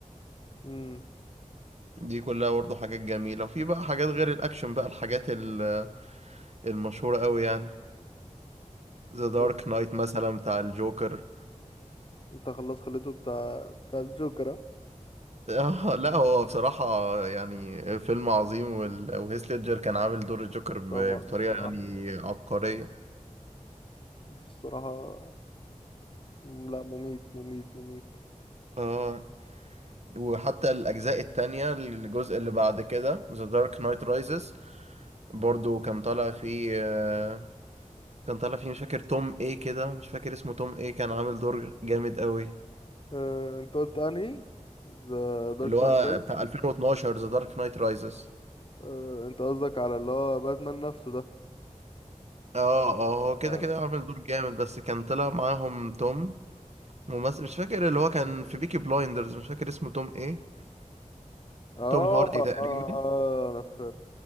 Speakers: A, on the left; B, on the right.
A: امم
B: دي كلها برضو حاجات جميلة وفي بقى حاجات غير الاكشن بقى الحاجات ال- المشهورة قوي يعني ذا دارك
A: لا،
B: نايت مثلا بتاع الجوكر <laughs>
A: انت خلاص خليته بتاع بتاع الجوكر اه؟
B: آه لا هو بصراحة يعني فيلم عظيم وال... وهيث ليدجر كان عامل دور الجوكر ب...
A: طبعا
B: بطريقة
A: الصراحة
B: يعني عبقرية
A: بصراحة م- لا مميت مميت مميت
B: اه وحتى الأجزاء التانية الجزء اللي بعد كده The Dark Knight Rises برضو كان طالع فيه آه، كان طالع فيه مش فاكر توم ايه كده مش فاكر اسمه توم ايه كان عامل دور جامد قوي
A: اه انت قلت انهي ذا دارك
B: اللي هو
A: نايت رايز
B: بتاع 2012 The Dark Knight Rises
A: اه انت قصدك على اللي هو باتمان نفسه ده
B: اه اه هو
A: اه
B: كده كده عامل دور جامد بس كان طلع معاهم توم ممثل مش فاكر اللي هو كان
A: مم.
B: في بيكي بلايندرز مش فاكر اسمه توم ايه
A: اه
B: توم هاردي تقريبا
A: اه، انا في